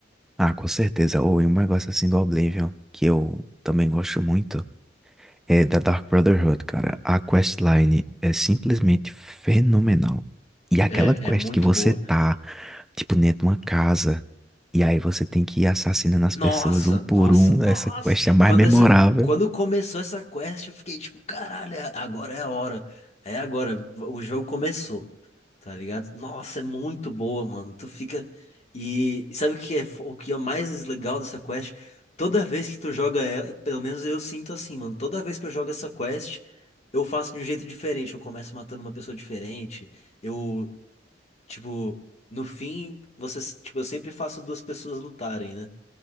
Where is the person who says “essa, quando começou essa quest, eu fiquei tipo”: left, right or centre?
Left